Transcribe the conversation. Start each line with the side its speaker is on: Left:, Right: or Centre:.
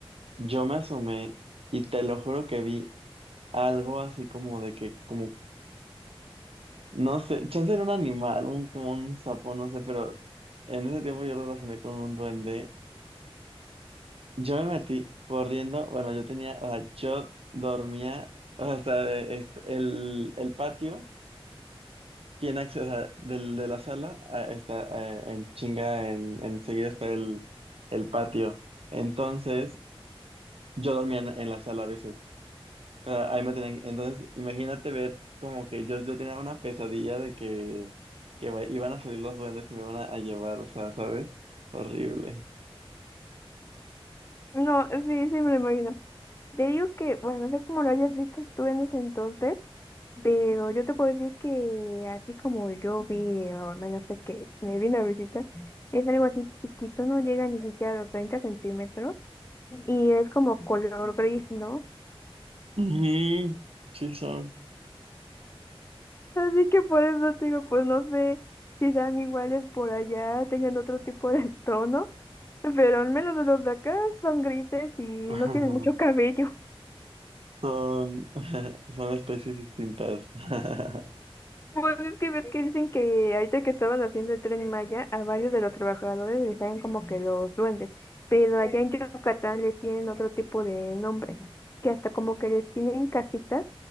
Right: yo me asomé y te lo juro que vi algo así como de que, como, no sé, chance era un animal, un, como un sapo, no sé, pero en ese tiempo yo lo relacioné con un duende. Yo me metí corriendo, bueno, yo tenía, o sea, yo dormía, o sea, de- est- el, el patio. tiene acceso, o sea, del, de la sala a- está eh, en chinga, en, enseguida está el, el patio. Entonces, yo dormía en, en la sala a veces. O sea, ahí me tenían- entonces, imagínate ver como que yo, yo tenía una pesadilla de que, que va- iban a salir los duendes y me iban a, a llevar, o sea, ¿sabes? Horrible.
Left: No, sí, sí me lo imagino. Te digo que, bueno, no sé cómo lo hayas visto tú en ese entonces, pero yo te puedo decir que así como yo vi, o al menos sé que me vino a visitar, es algo así chiquito, no llega ni siquiera a los 30 centímetros. y es como color gris, ¿no?
Right: Ujú, Sí, son.
Left: Así que por eso te digo, pues no sé si sean iguales por allá, tengan otro tipo de <laughs> tono, pero al menos los de acá son grises y no
Right: Ajá.
Left: tienen mucho cabello.
Right: Son, <laughs> son especies distintas. <laughs>
Left: Pues es que ves que dicen que ahorita que estaban haciendo el Tren Maya, a varios de los trabajadores les salen como que los duendes, pero allá en Yucatán les tienen otro tipo de nombre, que hasta como que les tienen casitas